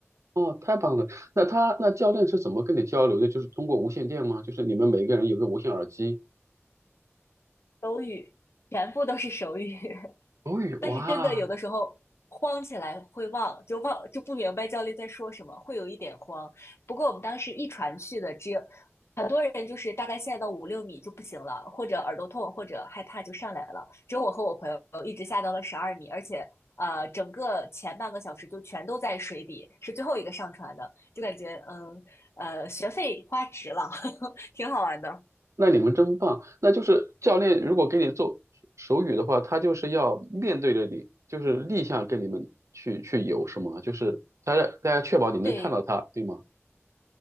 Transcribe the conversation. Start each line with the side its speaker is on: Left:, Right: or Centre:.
Right: 哦，太棒了。那他那教练是怎么跟你交流的？就是通过无线电吗？就是你们每个人有个无线耳机？
Left: 手语全部都是手语，
Right: 哦，
Left: 但是真的有的时候慌起来会忘，
Right: 哇，
Left: 就忘就不明白教练在说什么，会有一点慌。不过我们当时一传去的，只有很多人就是大概下到五六米就不行了，或者耳朵痛，或者害怕就上来了。只有我和我朋友一直下到了十二米，而且呃，整个前半个小时就全都在水底，是最后一个上船的，就感觉嗯呃，学费花值了，<laughs> 挺好玩的。
Right: 那你们真棒。那就是教练如果给你做手语的话，他就是要面对着你，就是逆向跟你们去去游，是吗？就是大家大家确保你能看到他，
Left: 对，
Right: 对吗？